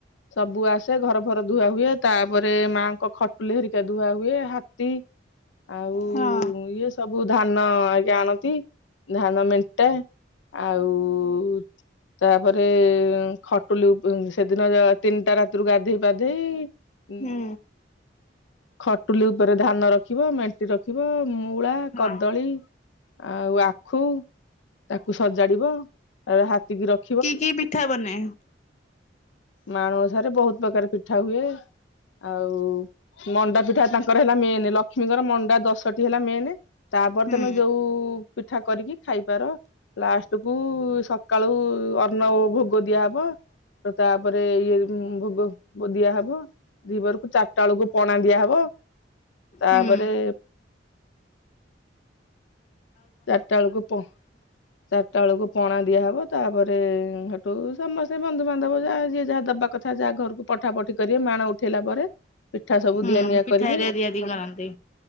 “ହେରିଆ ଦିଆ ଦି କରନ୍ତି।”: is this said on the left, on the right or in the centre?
Left